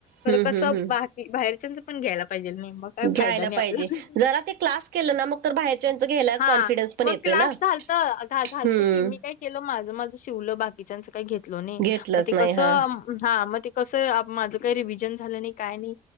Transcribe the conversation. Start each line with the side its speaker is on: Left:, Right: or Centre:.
Left: तर
Right: हम्म
Left: कसं
Right: हम्म हम्म
Left: बाहेरच्यांच पण घ्यायला पाहिजे नाही मग काय
Right: घ्यायला
Left: फायदा नाही
Right: पाहिजे
Left: आपला.
Right: जरा ते क्लास केलं ना <unintelligible> बाहेरच्यांच घ्यायला
Left: हा
Right: कॉन्फिडन्स पण
Left: मग
Right: येतोय
Left: क्लास
Right: ना
Left: झालत घा झालत
Right: हम्म
Left: की मी काय केलं माझ माझं शिवलं बाकीच्यांच काही घेतल नाही
Right: घेतलंच
Left: मग ते
Right: नाही
Left: कसं
Right: हा
Left: हा मग ते कसं माझं काही रिव्हजन झालं नाही काय नाही